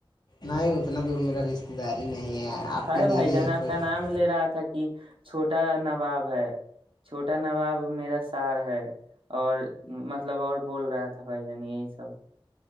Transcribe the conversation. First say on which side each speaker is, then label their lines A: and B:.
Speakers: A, on the left; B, on the right.
A: نہیں اتنا دور میرا رشتے دار ہی نہیں آپ
B: ہے
A: کی
B: بھائی
A: دیدی
B: جان
A: ہے
B: آپ
A: تو
B: کا نام لے رہا تھا کہ چھوٹا نواب ہے چھوٹا نواب میرا سار ہے اور مطلب اور بول رہا تھا بھائی جانی یہ سب